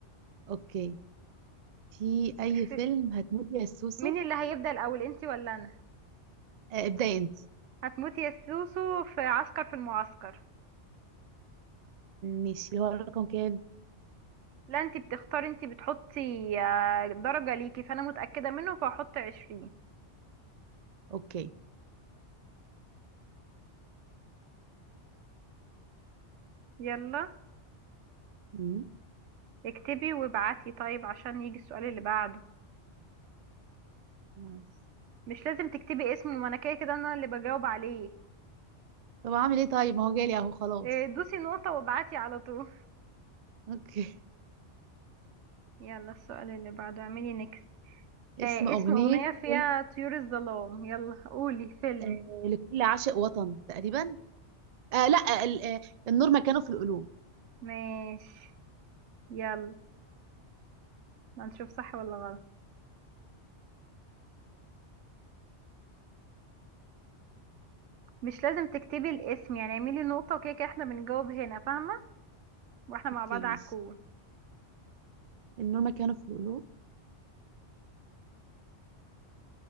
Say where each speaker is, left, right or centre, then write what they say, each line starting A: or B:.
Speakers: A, on the right (about 65°); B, on the right (about 80°).
A: اوكي في اي
B: في...
A: فيلم هتموتي يا سوسو
B: مين اللي هيبدأ الأول انتي ولا أنا
A: آه ابدأي انت
B: هتموتي يا سوسو في عسكر في المعسكر
A: ماشي اللي هو الرقم كام
B: لا انتي بتختاري انتي بتحطي آه، درجة ليكي فأنا متأكدة منه فهحط عشرين
A: اوكي
B: يلا
A: مم.
B: اكتبي وابعتي طيب عشان يجي السؤال اللي بعده
A: نايس
B: مش لازم تكتبي اسمه ما انا كده كده انا اللي بجاوب عليه
A: طب اعمل ايه طيب ما هو جالي اهو خلاص
B: آه، دوسي نقطة وابعتي على طول
A: اوكي
B: يلا السؤال اللي بعده اعملي نيكست
A: <laughs>
B: آه
A: اسم اغنيه
B: اسم أغنية فيها
A: فيلم
B: طيور الظلام يلا قولي فيلم
A: آه لكل عاشق وطن تقريبا آه لا ال- آه، النور مكانه في القلوب
B: ماشي يلا هنشوف صح ولا غلط مش لازم تكتبي الاسم يعني اعملي نقطة وكده كده احنا بنجاوب هنا فاهمة واحنا
A: اوكي
B: مع بعض
A: ماشي
B: على الكور
A: النور مكانه في القلوب